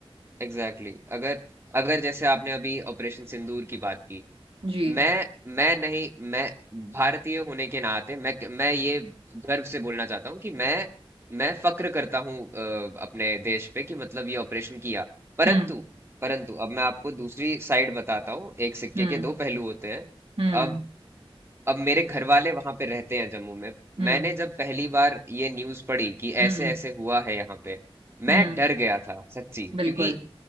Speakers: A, on the right; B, on the right.
A: एग्जैक्टली exactly. अगर अगर जैसे आपने अभी ऑपरेशन सिंदूर की बात की
B: जी
A: मैं मैं नहीं मैं भारतीय होने के नाते मैं मैं ये गर्व से बोलना चाहता हूँ कि मैं मैं फक्र करता हूँ अ, अपने देश पे कि मतलब ये ऑपरेशन किया परंतु
B: हम्म
A: परंतु अब मैं आपको दूसरी साइड बताता हूँ एक सिक्के
B: हम्म
A: के दो पहलू होते हैं
B: हम्म
A: अब अब मेरे घर वाले वहां पे रहते हैं जम्मू में
B: हम्म
A: मैंने जब पहली बार ये न्यूज पढ़ी कि
B: हम्म
A: ऐसे ऐसे हुआ है यहाँ पे
B: हम्म
A: मैं डर गया था सच्ची
B: बिल्कुल
A: क्योंकि